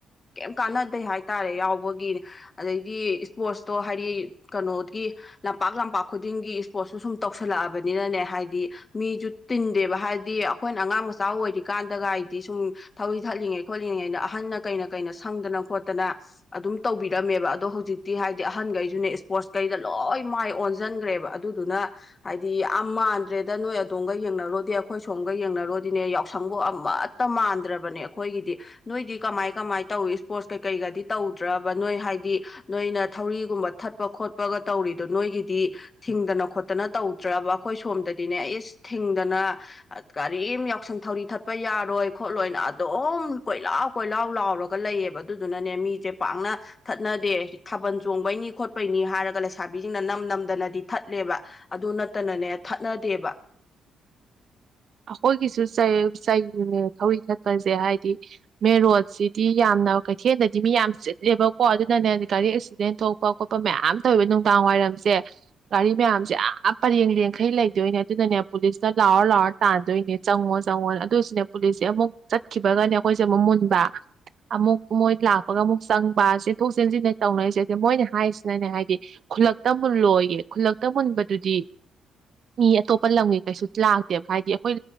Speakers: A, on the left (about 30°); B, on the right (about 55°).
A: ꯀꯩ ꯀꯌꯝ ꯀꯟꯅꯗꯦ ꯍꯥꯏꯇꯥꯔꯦ ꯌꯥꯎꯕꯒꯤ ꯑꯗꯩꯗꯤ ꯏꯁꯄꯣꯔꯠꯁꯇꯣ ꯍꯥꯏꯗꯤ ꯀꯩꯅꯣꯒꯤ ꯂꯝꯄꯥꯛ ꯂꯝꯄꯥꯛ ꯄꯥꯛ ꯈꯨꯗꯤꯡꯒꯤ ꯏꯁꯄꯣꯔꯠꯁꯨ ꯁꯨꯝ ꯇꯧꯁꯜꯂꯛꯑꯕꯅꯤꯅꯅꯦ ꯍꯥꯏꯗꯤ ꯃꯤꯁꯨ ꯇꯤꯟꯗꯦꯕ ꯍꯥꯏꯗꯤ ꯑꯩꯈꯣꯏꯅ ꯑꯉꯥꯡ ꯃꯆꯥ ꯑꯣꯏꯔꯤꯀꯥꯟꯗꯒ ꯍꯥꯏꯗꯤ ꯁꯨꯝ ꯊꯧꯔꯤ ꯊꯠꯂꯤꯉꯩ ꯈꯣꯠꯂꯤꯉꯩꯅ ꯑꯍꯟꯅ ꯀꯩꯅ ꯀꯩꯅ ꯁꯪꯗꯅ ꯈꯣꯠꯇꯅ ꯑꯗꯨꯝ ꯇꯧꯕꯤꯔꯝꯃꯦꯕ ꯑꯗꯣ ꯍꯧꯖꯤꯛꯇꯤ ꯍꯥꯏꯗꯤ ꯑꯍꯟꯒꯩꯁꯨꯅꯦ ꯏꯁꯄꯣꯔꯠꯈꯩꯗ ꯂꯣꯏ ꯃꯥꯏ ꯑꯣꯟ ꯊꯖꯤꯟꯈ꯭ꯔꯦꯕ ꯑꯗꯨꯗꯨꯅ ꯍꯥꯏꯗꯤ ꯌꯥꯝ ꯃꯥꯟꯗ꯭ꯔꯦꯗ ꯅꯣꯏ ꯑꯗꯣꯝꯒ ꯌꯦꯡꯅꯔꯣꯗꯤ ꯑꯩꯈꯣꯏ ꯁꯣꯝꯒ ꯌꯦꯡꯅꯔꯣꯗꯤꯅꯦ ꯌꯥꯎꯁꯪꯕꯨ ꯑꯃꯠꯇ ꯃꯥꯟꯗ꯭ꯔꯕꯅꯦ ꯑꯩꯈꯣꯏꯒꯤꯗꯤ ꯅꯣꯏꯗꯤ ꯀꯃꯥꯏ ꯀꯃꯥꯏ ꯇꯧꯏ ꯏꯁ꯭ꯄꯣꯔꯠꯁ ꯀꯩꯀꯩꯒꯗꯤ ꯇꯧꯗ꯭ꯔꯕ ꯅꯣꯏ ꯍꯥꯏꯗꯤ ꯅꯣꯏꯅ ꯊꯧꯔꯤꯒꯨꯝꯕ ꯊꯠꯄ ꯈꯣꯠꯄꯒ ꯇꯧꯔꯤꯗꯣ ꯅꯣꯏꯒꯤꯗꯤ ꯊꯤꯡꯗꯅ ꯈꯣꯠꯇꯅ ꯇꯧꯗ꯭ꯔꯕ ꯑꯩꯈꯣꯏ ꯁꯣꯝꯗꯗꯤꯅꯦ ꯑꯩꯁ ꯊꯤꯡꯗꯅ ꯀꯔꯤꯝ ꯌꯥꯎꯁꯪ ꯊꯧꯔꯤ ꯊꯠꯄ ꯌꯥꯔꯣꯏ ꯈꯣꯠꯂꯣꯏꯅ ꯑꯗꯨꯝ ꯀꯣꯏꯂꯥꯎ ꯀꯣꯏꯂꯥꯎ ꯂꯥꯎꯔꯒ ꯂꯩꯌꯦꯕ ꯑꯗꯨꯗꯨꯅꯅꯦ ꯃꯤꯁꯦ ꯄꯥꯛꯅ ꯊꯠꯅꯗꯦ ꯊꯥꯕꯜ ꯆꯣꯡꯕꯩꯅꯤ ꯈꯣꯠꯄꯩꯅꯤ ꯍꯥꯏꯔꯒ ꯂꯩꯁꯥꯕꯤꯁꯤꯡꯅ ꯅꯝ ꯅꯝꯗꯅ ꯗꯤ ꯊꯠꯂꯦꯕ ꯑꯗꯨ ꯅꯠꯇꯅꯅꯦ ꯊꯠꯅꯗꯦꯕ
B: ꯑꯩꯈꯣꯏꯒꯤꯁꯨ ꯆꯩꯌꯦ ꯆꯩꯕꯅꯦ ꯊꯧꯔꯤ ꯆꯠꯄꯁꯦ ꯍꯥꯏꯗꯤ ꯃꯦꯟ ꯔꯣꯗꯁꯤꯗꯤ ꯌꯥꯝꯅ ꯀꯩꯊꯦꯜꯗꯗꯤ ꯃꯤ ꯌꯥꯝ ꯆꯤꯜꯂꯦꯕꯀꯣ ꯑꯗꯨꯅꯅꯦ ꯒꯥꯔꯤ ꯑꯦꯛꯁꯤꯗꯦꯟ ꯊꯣꯛꯄ ꯈꯣꯠꯄ ꯃꯌꯥꯝ ꯇꯧꯋꯦꯕ ꯅꯨꯡꯗꯥꯡ ꯋꯥꯏꯔꯝꯁꯦ ꯒꯥꯔꯤ ꯃꯌꯥꯝꯁꯦ ꯑ ꯄꯔꯦꯡ ꯂꯡꯈꯩ ꯂꯩꯗꯣꯏꯅꯦ ꯑꯗꯨꯅꯅꯦ ꯄꯨꯂꯤꯁꯅ ꯂꯥꯎꯔ ꯂꯥꯎꯔ ꯇꯥꯟꯗꯣꯏꯅꯦ ꯆꯪꯉꯣ ꯆꯪꯉꯣ ꯑꯗꯨꯏꯁꯨꯅꯦ ꯄꯨꯂꯤꯁꯁꯦ ꯑꯃꯨꯛ ꯆꯠꯈꯤꯕꯒꯅꯦ ꯑꯩꯈꯣꯏꯁꯦ ꯑꯃꯨꯛ ꯃꯨꯟꯕ ꯑꯃꯨꯛ ꯃꯣꯏ ꯂꯥꯛꯄꯒ ꯑꯃꯨꯛ ꯆꯪꯕ ꯆꯦꯟꯊꯣꯛ ꯆꯦꯟꯁꯤꯟꯅꯦ ꯇꯧꯅꯔꯤꯁꯦ ꯑꯗ ꯃꯣꯏꯅ ꯍꯥꯏꯔꯤꯁꯤꯅꯅꯦ ꯍꯥꯏꯗꯤ ꯈꯨꯜꯂꯛꯇ ꯃꯨꯜꯂꯣꯏꯌꯦ ꯈꯨꯜꯂꯛꯇ ꯃꯨꯟꯕꯗꯨꯗꯤ ꯃꯤ ꯑꯇꯣꯞꯄ ꯂꯝꯒꯤ ꯀꯩꯁꯨ ꯂꯥꯛꯇꯦꯕ ꯍꯥꯏꯗꯤ ꯑꯩꯈꯣꯏ